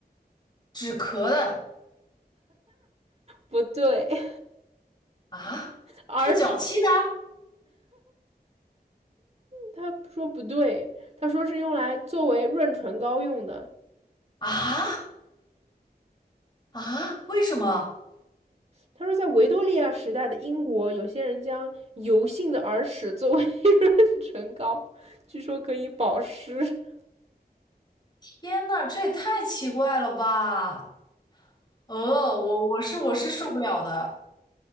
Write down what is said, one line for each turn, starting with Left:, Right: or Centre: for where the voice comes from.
Left: 止咳的
Right: <laughs> 不对，
Left: 啊，
Right: <laughs> 耳屎
Left: 治脚气的
Right: 他说不对，他说是用来作为润唇膏用的。
Left: 啊啊，为什么？
Right: 他说，在维多利亚时代的英国，有些人将油性的耳屎作为 <laughs> 润唇膏，据说可以保湿。
Left: 天呐，这也太奇怪了吧！呃，我我是我是受不了的。